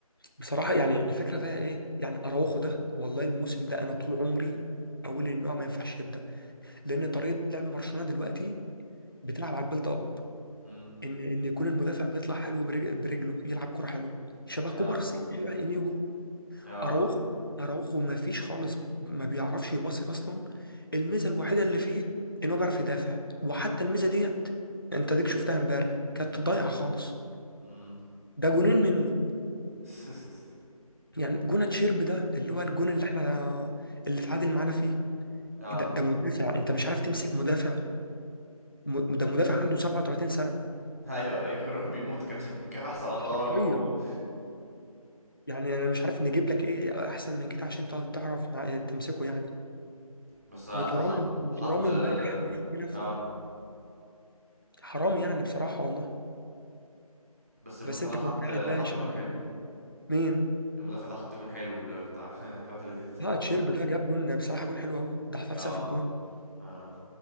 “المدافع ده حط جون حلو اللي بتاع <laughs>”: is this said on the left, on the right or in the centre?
Right